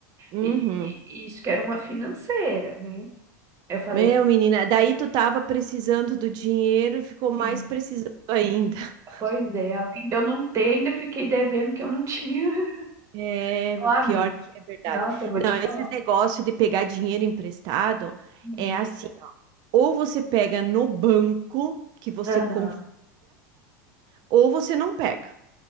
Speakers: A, on the right (about 45°); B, on the right (about 30°).
A: Uhum.
B: e, e- e isso que era uma financeira, né? Eu falei,
A: Meu, menina, daí tu tava precisando do dinheiro e ficou mais
B: sim,
A: precisando ainda. <laughs>
B: pois é, além de eu não ter, ainda fiquei devendo que eu não tinha.
A: É,
B: <laughs> Lá, amiga,
A: pior que é verdade.
B: nossa, eu vou te
A: Não,
B: falar.
A: esses negócios de pegar dinheiro emprestado
B: Hum,
A: é assim, ou você pega no banco que você
B: Aham,
A: confia, ou você não pega.